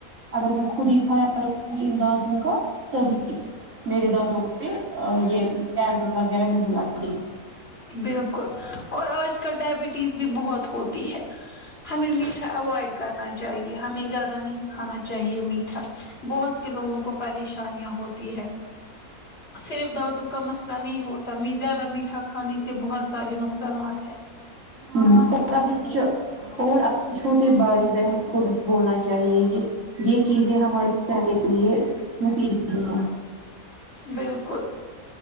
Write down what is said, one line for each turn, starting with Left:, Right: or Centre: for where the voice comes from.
Right: اگر میں خود ہی کھایا کرؤنگی دانت دانتوں کا تبھی میرے دانتوں پہ یہ کپز وغیرہ نہیں لگتی
Left: بالکل اور آج کل ڈائبٹیز بھی بہت ہوتی ہے ہمیں میٹھا اوائڈ کرنا چاہیے ہمیں زیادہ نہیں کھانا چاہیے میٹھا بہت سے لوگوں کو پریشانیاں ہوتی ہے صرف دانتوں کا مسئلہ نہیں ہوتا می زیادہ میٹھا کھانے سے بہت سارے نقصانات ہے
Right: ہوں <unintelligible> اور اپنے چھوٹے بھائی بہنوں کو بھی بولنا چاہیے کہ یہ چیزیں ہماریے صحت کے لیے مفید نہیں ہے
Left: بالکل